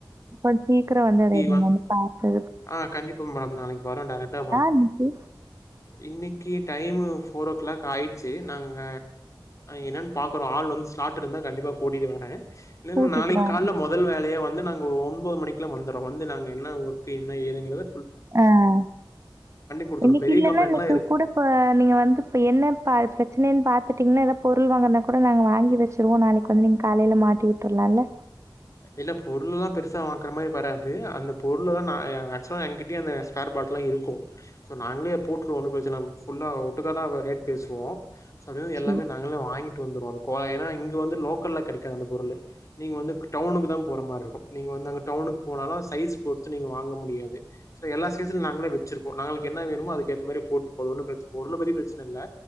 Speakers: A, on the right (about 35°); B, on the left (about 40°).
A: கொஞ் சீக்கிரோ வந்துடையதுனு
B: வந்
A: பாத்து
B: ஆ கண்டிப்பா மேடம் நாளைக்கு வரும் டெராக்டா வ
A: இன்னைக்கு
B: இன்னக்கி டைம் மு ஃபோர் ஓ கிளாக் ஆயிடுச்சு நாங்க என்னான்னு பாக்குறோம் ஆள் வந்து ஸ்லாட் இருந்தா கண்டிப்பா கூட்டிட்டு வரேன் இல்லைன்னா
A: கூட்டிட்டு
B: நாளைக்கு
A: வாங்க.
B: காலைல மொதல் வேலையா வந்து நாங்க ஒ ஒம்போது மணிக்லாம் வந்துரும் வந்து நாங்க என்ன ஒரு து என்ன ஏதுங்கது
A: அஹ்
B: குடுத்துறோம்.
A: இன்னிக்கில்லன்னா
B: பெரிய கம்ப்ளைண்ட்லாம்
A: இன்னைக்கு
B: இருக்கு.
A: கூட இப்ப நீங்க வந்து இப்ப என்ன பிரச்சனைன்னு பாத்துட்டீங்கன்னா ஏதாப் பொருள் வாங்கன்னா கூட நாங்க வாங்கி வச்சிருவோம் நாளைக்கு வந்து நீங்க காலைல மாட்டி வுட்ரலாயில்ல
B: இல்ல பொருள்லாம் பெருசா வாங்குற மாரி வராது அந்த பொருள்தாம் நா மேக்சிமம் எங்க்கிட்டயே அந்த ஸ்பேர் பாட்லாம் இருக்கும் சோ நாங்களே போட்டுருவோம் ஒன்னு பிரச்சன இல்ல ஃபுல்லா ஒட்டுக்காாதான் ரேட் பேசுவோம் சொல்றது எல்லாமே
A: சரி,
B: நாங்களே வாங்கி ட்டு வந்துரோ அது ஏன்னா இங்க வந்து லோக்கல்ல கிடைக்காது அந்த பொருளு நீங்க வந்து டவுனுக்கு தான் போற மாரி இருக்கும் நீங்க வந்து அங்க டவுனுக்கு போனாலும் சைஸ் பொறுத்து நீங்க வாங்க முடியாது சோ எல்லா சைஸ்ல நாங்களே வச்சிருப்போம் நாங்களுக்கு என்ன வேனுமோ அதுக்கு ஏத்த மாரி போட்டு போது ஒன்னும் பிரச்சனை ஒன்னு பெரிய பிரச்சனை இல்ல